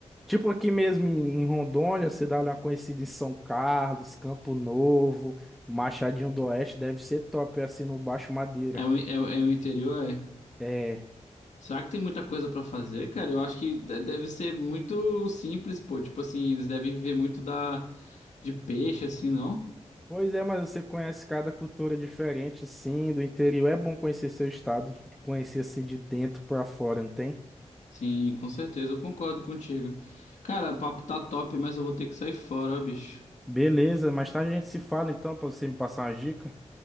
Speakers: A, in the centre; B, on the left.
A: Tipo aqui mesmo em em Rondônia, você dá uma conhecida em São Carlos, Campo Novo, Machadinho do Oeste, deve ser top assim no Baixo Madeira.
B: É o, é, o é o interior, é.
A: É.
B: Será que tem muita coisa pra fazer, cara? Eu acho que de- deve ser muito simples, pô. Tipo assim, eles devem viver muito da de peixe, assim, não?
A: Pois é, mas você conhece cada cultura diferente assim, do interior. É bom conhecer seu estado, conhecer assim de dentro pra fora, não tem?
B: Sim, com certeza, eu concordo contigo. Cara, o papo tá top, mas eu vou ter que sair fora, ó, bicho.
A: Beleza, mais tarde a gente se fala então, pra você me passar uma dica.